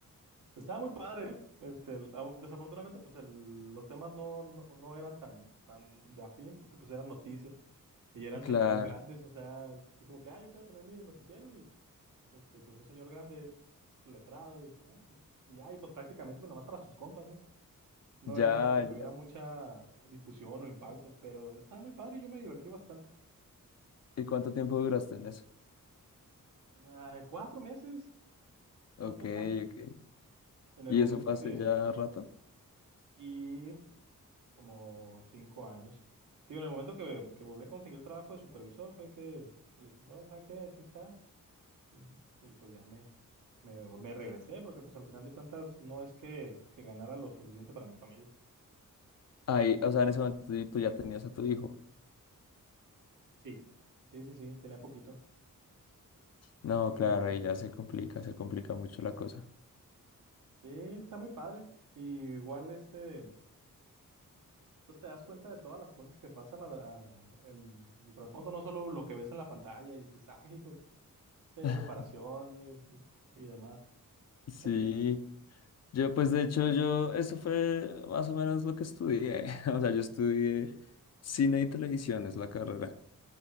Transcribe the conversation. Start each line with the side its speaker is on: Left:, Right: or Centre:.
Right: Estaba muy padre, ¿eh? Este, la- desafortunadamente, pues el- los temas no, no, no eran tan, tan de afín, porque pues eran noticias y eran
Left: Claro.
Right: señores grandes, o sea, así como que, ah, yo quiero tener mi noticiero y, este, pues un señor grande letrado, dice, bueno, pues y ya, y pues prácticamente pues, nomás para sus compas, ¿no? No
Left: Ya,
Right: era así que tuviera
Left: ya.
Right: mucha difusión o impacto, pero estaba muy padre y yo me divertí bastante.
Left: ¿Y cuánto tiempo duraste en eso?
Right: Ah, cuatro meses, no
Left: Ok,
Right: fue tanto.
Left: ok.
Right: En el
Left: ¿Y
Right: momento
Left: eso fue hace
Right: que,
Left: ya rato?
Right: sí, como cinco años. Digo, en el momento que, que volví a conseguir trabajo de supervisor fue que le dije, oh, ¿sabes qué? Así está. Y, y pues ya me, me, me regresé, porque pues al final de cuentas no es que, que ganara lo suficiente para mi familia.
Left: Ahí, o sea, en ese momento tú tú ya tenías a tu hijo.
Right: Sí. Sí, sí, sí, tenía poquito.
Left: No,
Right: Un
Left: claro,
Right: añito.
Left: ahí ya se complica, se complica mucho la cosa.
Right: Sí, está muy padre. Y igual este, pues te das cuenta de todas las cosas que pasan a- a- en el trasfondo, no solo lo que ves en la pantalla y dices, ah, hijo, sí hay
Left: <laughs>
Right: preparaciones y, y demás.
Left: Sí.
Right: Está chido.
Left: Yo, pues de hecho, yo, eso fue más o menos lo que estudié. <laughs> O sea, yo estudié cine y televisión, es la carrera.